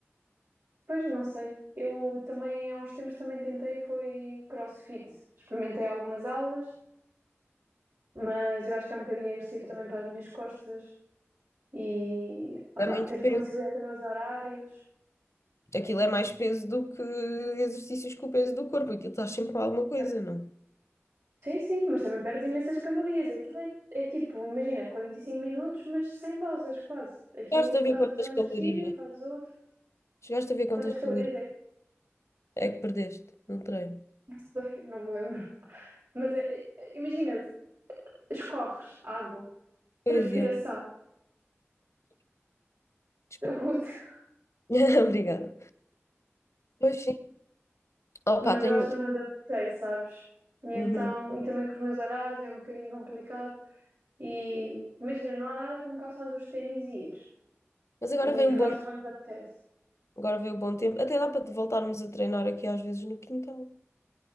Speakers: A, on the right; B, on the left.
A: Pois não sei. Eu também há uns tempos também tentei foi CrossFit. Experimentei algumas aulas, mas eu acho que é um bocadinho agressivo também para as minhas costas e opá,
B: É muito
A: ter de
B: peso.
A: conciliar também os horários.
B: Aquilo é mais peso do que exercícios com o peso do corpo, aquilo estás sempre com alguma coisa,
A: Mas
B: não?
A: sim, sim, mas também perdes imensas calorias. Aquilo é, é tipo, imagina, 45 minutos, mas sem pausas, quase. Aquilo
B: Chegaste a
A: estás
B: ver quantas
A: a fazer um exercício,
B: calorias?
A: fazes outro.
B: Chegaste a ver quantas
A: Quantas
B: calorias
A: calorias é
B: é que perdeste no treino?
A: que <laughs> não me lembro. Mas é- é- imagina, escorres água, transpiração.
B: Pois é. Desculpa.
A: <laughs>
B: <laughs> Obrigada. Pois sim. Opa,
A: Mas
B: tenho.
A: eu acho que não me adaptei, sabes? E então,
B: Uhum.
A: e também com os meus horários é um bocadinho complicado. E imagina, não há nada como calçar os ténis e ires.
B: Mas agora
A: E
B: vem
A: fazes
B: um bom,
A: quando te apetece.
B: agora vem o bom tempo. Até dá para voltarmos a treinar aqui às vezes no quintal.